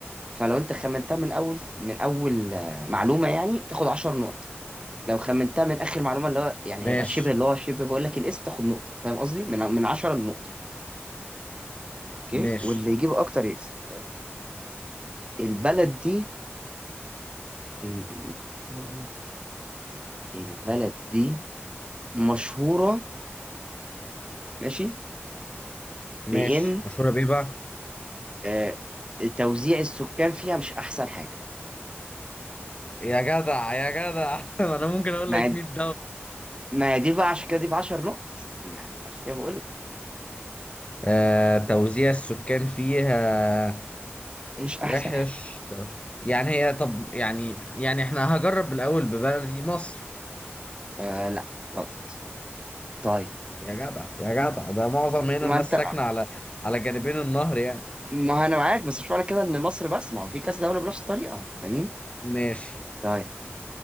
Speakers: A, on the right; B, on the left.
A: فلو انت خمنتها من اول من اول آه، معلومه يعني تاخد 10 نقط لو خمنتها من اخر معلومه اللي هو يعني
B: ماشي
A: هيبقى شبه اللي هو شبه بقول لك الاسم تاخد نقطه فاهم قصدي من من 10 لنقطه اوكي
B: ماشي
A: واللي يجيب اكتر يكسب طيب البلد دي م- م- البلد دي مشهوره ماشي
B: ماشي
A: بان
B: مشهورة بيه بقى
A: آه، توزيع السكان فيها مش احسن حاجه
B: يا جدع يا جدع <laughs> انا ممكن اقول
A: مع
B: لك 100
A: ما هي دي بقى عشان كده دي ب 10 نقط يعني عشان كده بقول لك
B: آه، توزيع السكان فيها
A: مش
B: وحش
A: احسن حاجه
B: طب- يعني هي طب يعني يعني احنا هجرب الأول ببلدي مصر
A: آه لا غلط طيب
B: يا جدع يا جدع ده معظم هنا
A: ما
B: الناس
A: انت
B: ساكنة على على جانبين النهر يعني
A: ما انا معاك بس مش معنى كده ان مصر بس ما هو في كذا دوله بنفس الطريقه فاهمين
B: ماشي
A: طيب